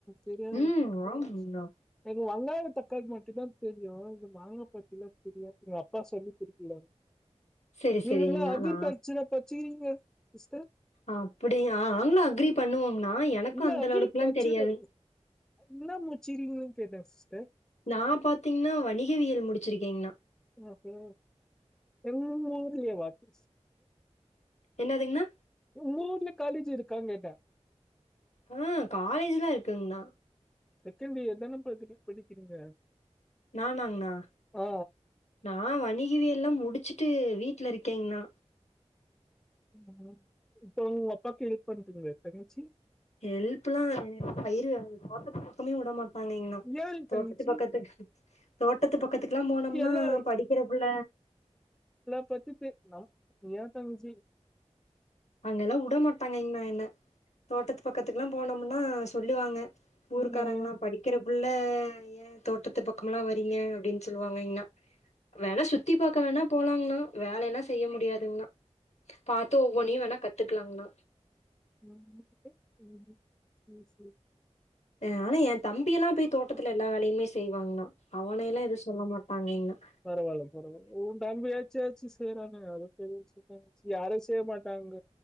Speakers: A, in the centre; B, on the left.
A: தெரியாது
B: ம்
A: எனக்கு சேர்
B: ஆமாங்ண்ணா
A: எனக்கு வங்காயம் தக்காளி மட்டும் தான் தெரியும் இந்த மாங்க பாத்தி எல்லாம் தெரியாது எங்க அப்பா சொல்லி குடுக்கல
B: செரி
A: நீங்க
B: செரிங்ண்ணா
A: என்ன அக்ரி
B: நா
A: கல்ச்சுரல் படிச்சிக்கிறீங்க சிஸ்டர்
B: அப்டியா நாங்களும் அக்ரி பண்ணுவோங்கனா எனக்கும்
A: இல்ல
B: அந்த
A: அக்ரிகல்ச்சரு
B: லெவலுக்குல்லாம் தெரியாது
A: என்ன முடிச்சிருக்கின்னு கேட்டேன் சிஸ்டர்
B: நான் பாத்தீங்கன்னா வணிகவியல் முடிச்சிருக்கீங்கன்னா
A: ஓ ஓ உங்க ஊர்ல்லயேவா சிஸ்
B: என்னதுங்கண்ணா
A: உங்க ஊர்ல காலேஜ் இருக்கான்னு கேட்டேன்
B: ஆ காலேஜ்லாம் இருக்குங்கண்ணா
A: செகண்ட் இயர் தானே படி படிக்கிறீங்க
B: நானாங்ண்ணா
A: ஆ
B: நான் வணிகவ எல்லாம் முடிச்சுட்டு வீட்ல இருக்கேங்கண்ணா
A: ஆ இப்ப உங்க அப்பாக்கு ஹெல்ப் பண்றிங்களா தங்கச்சி
B: ஹெல்ப்ல்லாம் என்ன பயிர் வகை தோட்டத்து பக்கமே விட மாட்டாங்கங்கன்னா
A: ஏ
B: தோட்டத்து
A: தங்கச்சி
B: பக்கத்து தோட்டத்து பக்கத்துக்குலா போனம்னா
A: எல்லா
B: படிக்கிற புள்ள
A: இவ்ளோ படிச்சிட்டு ஹலோ ஏ தங்கச்சி
B: அங்கெல்லா வுட மாட்டாங்க என்ன என்ன தோட்டத்து பக்கத்துக்குலா போனம்னா சொல்லுவாங்க ஊருக்காராங்கலா
A: நீங்க என்ன
B: படிக்கிற புள்ள ஏ தோட்டத்து பக்கமெல்லா வரீங்க அப்டின் சொல்வாங்க என்ன வேணா சுத்தி பாக்க வேணா போலாங்ணா வேலைலா செய்ய முடியாதுங்ணா பாத் ஒ நீ வேணா கத்துக்கலாங்ணா
A: ம் ம் ம் சேரி
B: அ ஆனா ஏ தம்பியெல்லா போய் தோட்டத்துல எல்லா வேலையுமே செய்வாங்ணா அவனைலா எதுவு சொல்ல மாட்டாங்க என்ன
A: பரவால பரவால உ தம்பியாச்சு வெச்சி செய்றாங்களே அது பெரிய விஷயோ தங்கச்சி யாரு செய்மாட்டாங்க